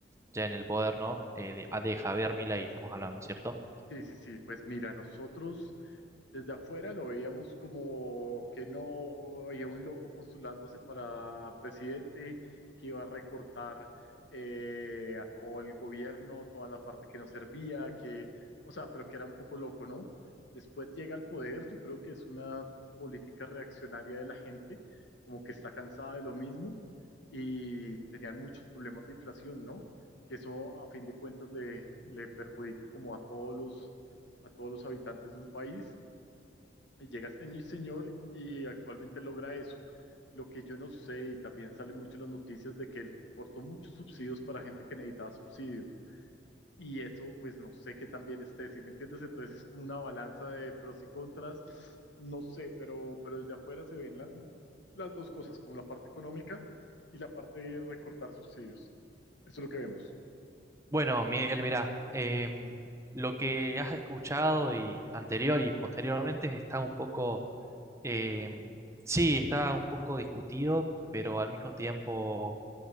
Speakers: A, on the right; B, on the left.
A: ya en el poder, ¿no? Eh, de, ah, de Javier Milei estamos hablando,
B: Pues-
A: ¿cierto?
B: Sí, sí, sí. Pues mira, nosotros desde afuera lo veíamos como que no había un loco postulándose para presidente que iba a recortar eh, a todo el gobierno, toda la parte que no servía, que, o sea, pero que era un poco loco, ¿no? Después llega al poder, yo creo que es una política reaccionaria de la gente, como que está cansada de lo mismo y tenían muchos problemas de inflación, ¿no? que eso a fin de cuentas le, le perjudica como a todos los, a todos los habitantes de un país. Y llega este ñi- señor y actualmente logra eso. Lo que yo no sé, y también sale mucho en las noticias de que él cortó muchos subsidios para gente que necesitaba subsidio. Y eso, pues no sé qué también esté, ¿sí me entiendes? Entonces es como una balanza de pros y contras. No sé, pero, pero desde afuera se ven la- las dos cosas, como la parte económica y la parte de recortar subsidios. Eso es lo que vemos.
A: Bueno, Miguel, mirá, em, lo que has escuchado y anterior y posteriormente está un poco, em, sí, está un poco discutido, pero al mismo tiempo